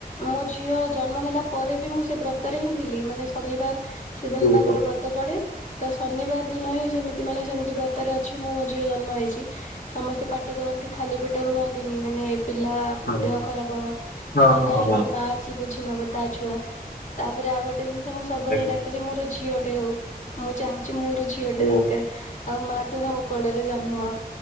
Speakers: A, on the left (about 50°); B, on the left (about 80°).
A: ମୋ ଝିଅ ଜନ୍ମ ହେଲା ପରେ ବି ମୁଁ ସେ ବ୍ରତରେ ହିଁ ଥିଲି ମାନେ ଶନିବାର ସେଦିନ
B: ଓ
A: ତାଙ୍କର
B: ହୋ
A: ବ୍ରତ ପଡେ ତ ଶନିବାର୍ ଦିନ ହିଁ ସେମିତି ସେ ମାନେ ସେମିତି ବ୍ରତରେ ଅଛି ମୁଁ ମୋ ଝିଅ ଜନ୍ମ ହେଇଛି ସମସ୍ତେ ପାଟି କରନ୍ତି ଖାଲି ପେଟ ରୁହନ୍ତିନି ମାନେ ପିଲା
B: ହଁ
A: ଦେହ ଖରାପ ହବ
B: ହଁ
A: ମୁଁ
B: ହଁ
A: ନାଇଁ
B: ହଁ
A: ସେ ମା କିଛି ବୁଝି ନବ ତା ଛୁଆ ତାପରେ ଆଉ ଗୋଟେ ଜିନିଷ ମୁଁ ସବୁବେଳେ
B: ଆଜ୍ଞା
A: ଡାକେ ଯେ ମୋର ଝିଅଟେ ହଉ ମୁଁ ଚାହୁଁଛି ମୋର ଝିଅ ଗୋଟେ
B: ଓ
A: ଦରକାର୍ ଆଉ ମା ତୁ ମୋ କୋଳରେ ଜନ୍ମ ହ